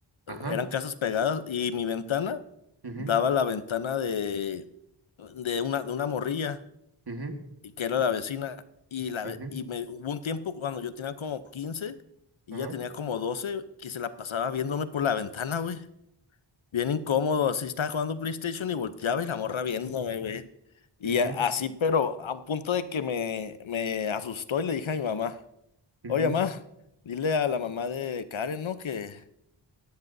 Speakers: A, on the right; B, on the left.
A: ajá,
B: Eran casas pegadas y mi ventana
A: ujú,
B: daba la ventana de, de una, de una morrilla
A: ujú,
B: y que era la vecina. Y, la,
A: ujú,
B: ve- y me, hubo un tiempo cuando yo tenía como 15 y
A: ajá,
B: ella tenía como doce que se la pasaba viéndome por la ventana, güey. Bien incómodo, así estaba jugando PlayStation y volteaba y la morra viéndome, güey. Y
A: ujú,
B: a- así, pero a un punto de que me, me asustó y le dije a mi mamá.
A: ujú".
B: Oye, mamá, dile a la mamá de Karen, ¿no? Que,